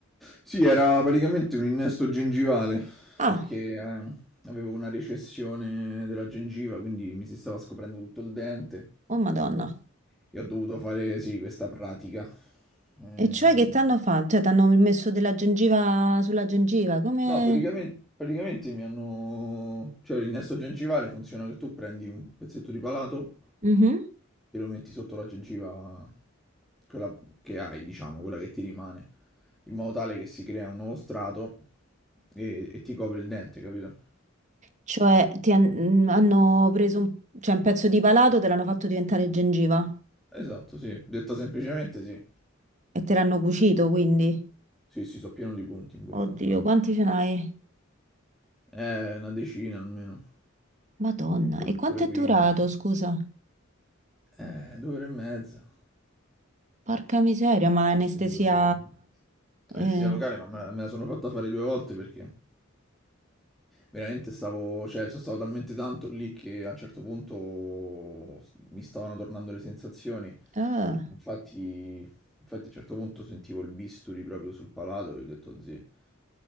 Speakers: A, in the centre; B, on the right.
A: Sì, era praticamente un innesto gengivale,
B: Ah,
A: perché eh, avevo una recessione della gengiva, quindi mi si stava scoprendo tutto il dente
B: oh Madonna.
A: e ho dovuto fare, sì, questa pratica. Eh,
B: E cioè che t'hanno fatto? Cioè, t'hanno messo della gengiva sulla gengiva, come...
A: No, praticamente, praticamente mi hanno... Cioè l'innesto gengivale funziona che tu prendi un pezzetto di palato
B: Mhm.
A: e lo metti sotto la gengiva, quella che hai, diciamo, quella che ti rimane, in modo tale che si crea un nuovo strato e, e ti copre il dente, capito?
B: Cioè, ti han- mm, hanno preso un... cioè, un pezzo di palato, te l'hanno fatto diventare gengiva
A: Esatto, sì. Detta semplicemente sì.
B: e te l'hanno cucito, quindi.
A: Sì, sì, so pieno di punti in bocca,
B: Oddio,
A: infatti.
B: quanti ce n'hai?
A: Eh, una decina almeno,
B: Madonna,
A: pure
B: e quanto
A: pure
B: è durato,
A: 15.
B: scusa?
A: Eh, due ore e mezza.
B: Porca miseria, ma
A: Sì,
B: anestesia...
A: sì, due e due. Anestesia
B: Eh,
A: locale, ma me la, me la sono fatta fare due volte perché veramente stavo, cioè, sono stato talmente tanto lì che a un certo punto mi stavano tornando le sensazioni.
B: eh,
A: Infatti, infatti a un certo punto sentivo il bisturi proprio sul palato e ho detto, zì, <laughs>